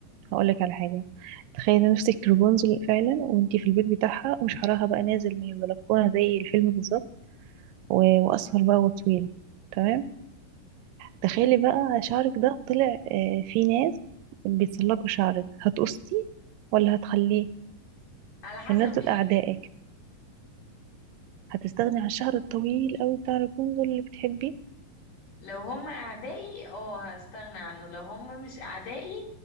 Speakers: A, on the right; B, on the left.
A: هقولك على حاجة تخيلي نفسك رابونزل فعلا وانت في البيت بتاعها وشعرها بقى نازل من البلكونة زي الفيلم بالظبط و- واصفر بقى وطويل تمام تخيلي بقى شعرك ده طلع آه، في ناس بيتسلقوا شعرك هتقصيه ولا هتخليه
B: على حسب
A: والناس
B: مين
A: دول اعدائك
B: الناس
A: هتستغني عن الشعر الطويل قوي بتاع رابونزل اللي بتحبيه
B: لو هم اعدائي اه هستغنى عنه لو هم مش اعدائي